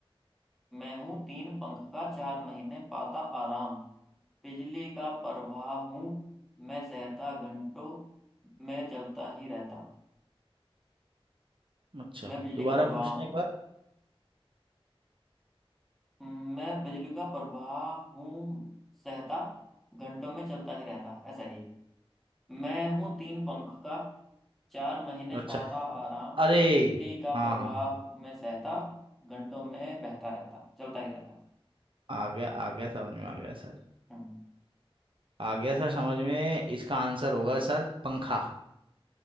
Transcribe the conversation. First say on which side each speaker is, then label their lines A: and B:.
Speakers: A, in the centre; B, on the right.
A: मैं हूं तीन पंख का चार महीने पाता आराम बिजली का प्रवाह हूं मैं सहता घंटों मैं चलता ही रहता
B: अच्छा
A: मैं बिजली
B: दोबारा
A: का प्रवाह
B: पूछना
A: हूं
B: एक बार
A: मैं बिजली का प्रवाह हूं सहता घंटों में चलता ही रहता ऐसा ही मैं हूँ तीन पंख का चार महीने
B: अच्छा
A: पाता आराम
B: अरे
A: बिजली का
B: हाँ
A: प्रवाह
B: हाँ हाँ हाँ,
A: में सहता घंटों में बहता रहता चलता ही रहता
B: आ गया आ गया समझ में आ गया सर
A: हम्म
B: आ गया सर समझ में इसका आंसर
A: बताओ।
B: होगा सर पंखा